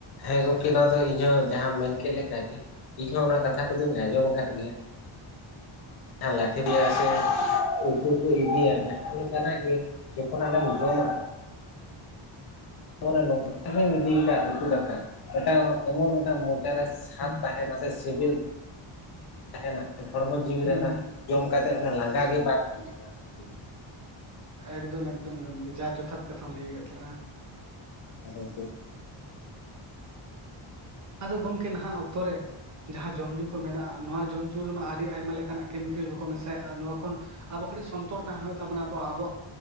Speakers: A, on the left; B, on the right.
A: ᱦᱮᱸ, ᱜᱚᱝᱠᱮ ᱱᱚᱣᱟ ᱫᱚ ᱤᱧ ᱦᱚᱸ ᱡᱟᱦᱟᱸᱟᱢ ᱢᱮᱱ ᱠᱮᱫ ᱞᱮᱠᱟ ᱜᱮ ᱾ ᱤᱧᱦᱚᱸ ᱚᱱᱟ ᱠᱟᱛᱷᱟ ᱠᱚᱫᱚᱧ ᱟᱸᱡᱚᱢ ᱟᱠᱟᱫ ᱜᱮᱭᱟ ᱡᱟᱦᱟᱸ ᱞᱟᱹᱴᱷᱮᱨᱤᱭᱟ ᱥᱮ ᱩᱛᱩ ᱠᱚ ᱤᱫᱤᱭᱟ ᱡᱟᱦᱟᱸ ᱞᱮᱠᱟᱱᱟ ᱜᱮ ᱡᱚᱠᱷᱚᱱ ᱟᱢᱮᱢ ᱡᱚᱢᱟ ᱯᱚᱨᱮ ᱱᱚᱝᱠᱟᱮᱢ ᱤᱫᱤ ᱟᱠᱟᱫ ᱩᱛᱩ ᱫᱟᱠᱟ ᱮᱴᱟᱜ ᱮᱢᱚᱱ ᱮᱴᱟᱜ ᱢᱚᱪᱟᱨᱮ ᱥᱟᱛ
B: ᱦᱩᱸ
A: ᱛᱟᱦᱮᱱᱟ ᱥᱮ ᱥᱤᱵᱤᱞ ᱛᱟᱦᱮᱱᱟ ᱦᱚᱲᱢᱚ ᱡᱤᱣᱤ
B: ᱦᱩᱸ
A: ᱨᱮᱱᱟᱜ
B: ᱦᱩᱸ
A: ᱚᱱᱟ ᱡᱚᱢ ᱠᱟᱛᱮ ᱚᱱᱟ ᱞᱟᱸᱜᱟ ᱜᱮ ᱵᱟᱝ ᱵᱩᱡᱷᱟᱹᱜᱼᱟ ᱜᱚᱢᱠᱮ
B: ᱮᱠᱫᱚᱢ ᱮᱠᱫᱚᱢ ᱜᱚᱢᱠᱮ ᱡᱟ ᱡᱚᱛᱷᱟᱛ ᱠᱟᱛᱷᱟᱢ ᱞᱟᱹᱭ ᱟᱠᱟᱫᱟ ᱛᱟᱞᱟᱝᱟ
A: ᱦᱮ ᱜᱚᱢᱠᱮ
B: ᱟᱫᱚ ᱜᱚᱢᱠᱮ ᱱᱟᱦᱟᱜ ᱚᱠᱛᱚᱨᱮ ᱡᱟᱦᱟᱸ ᱡᱚᱢ ᱧᱩ ᱠᱚ ᱢᱮᱱᱟᱜᱼᱟ ᱱᱚᱣᱟ ᱡᱚᱢ ᱧᱩ ᱨᱮᱢᱟ ᱟᱹᱰᱤ ᱟᱭᱢᱟ ᱞᱮᱠᱟᱱᱟᱜ ᱠᱮᱢᱤᱠᱮᱞ ᱠᱚᱠᱚ ᱢᱮᱥᱟᱭᱮᱫᱼᱟ ᱱᱚᱣᱟ ᱠᱷᱚᱱ ᱟᱵᱚ ᱠᱟᱹᱴᱤᱡ ᱥᱚᱱᱛᱚᱨ ᱛᱟᱦᱮᱸ ᱦᱩᱭᱩᱜ ᱛᱟᱵᱚᱱᱟ ᱟᱵᱚ ᱟᱵᱚᱣᱟᱜ